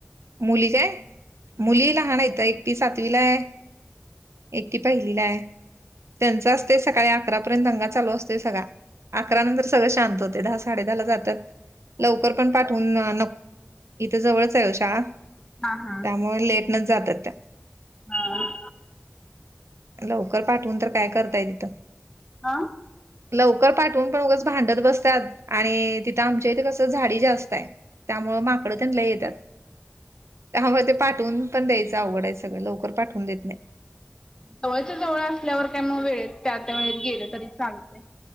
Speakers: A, on the right; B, on the left.
A: मुली काय मुली लहान आहेतं एकटी सातवीला आहे एकटी पहिलीला आहे त्यांच असतयं सकाळी अकरापर्यंत दंगा चालू असतोय सगळा अकरा नंतर सगळं शांत होतंय दहा साडे दहाला जातात लवकर पण पाठवून नक इथं जवळच आहे ओ शाळा
B: हां हां.
A: त्यामुळे लेटनच जातात त्या
B: हां.
A: लवकर पाठवून तर काय करताय तिथं
B: हा
A: लवकर पाठवून पण उगच भांडत बसतात आणि तिथं आमच्या इथे कसं झाडी जास्त आहे त्यामु माकडं तेन लय येतात त्यामुळे ते पाठून पण द्यायचं अवघड आहे सगळं लवकर पाठवून देत नाही
B: जवळच्या जवळ असल्यावर काय मग वेळेत त्या त्या वेळेत गेलं तरी चालतंय